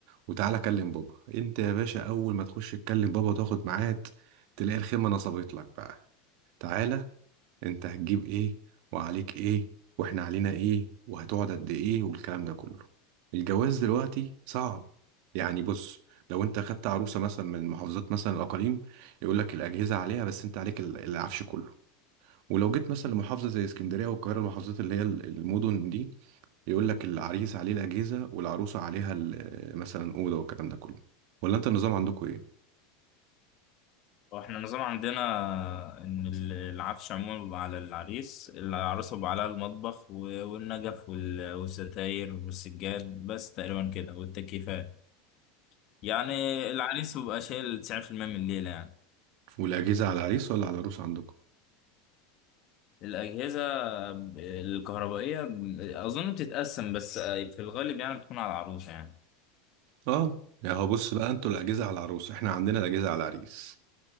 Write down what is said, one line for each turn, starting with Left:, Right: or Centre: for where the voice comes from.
Right: وتعالى كلم بابا انت يا باشا اول ما تخش تكلم بابا وتاخد ميعاد تلاقي الخيمة نصبت لك بقى تعالى انت هتجيب ايه وعليك ايه واحنا علينا ايه وهتقعد قد ايه والكلام ده كله الجواز دلوقتي صعب يعني بص لو انت خدت عروسة مثلا من محافظات مثلا الأقاليم يقول لك الأجهزة عليها بس انت عليك ال- العفش كله ولو جيت مثلا لمحافظة زي اسكندرية والقاهرة المحافظات اللي هي ال- المدن دي يقول لك العريس عليه الأجهزة والعروسة عليها ال- مثلا أوضة والكلام ده كله ولا انت النظام عندكم ايه؟
Left: واحنا النظام عندنا ان ال- العفش عموما بيبقى على العريس العروسه بيبقى عليها المطبخ و- والنجف وال- والستاير والسجاد بس تقريبا كده والتكييفات يعني العريس بيبقى شايل 90% من الليله يعني
Right: والأجهزة على العريس ولا على العروسة عندكم؟
Left: الأجهزة الكهربائية أظن بتتقسم بس في الغالب يعني بتكون على العروسة يعني
Right: اه يا هو بص بقى انتوا الاجهزه على العروس احنا عندنا الاجهزه على العريس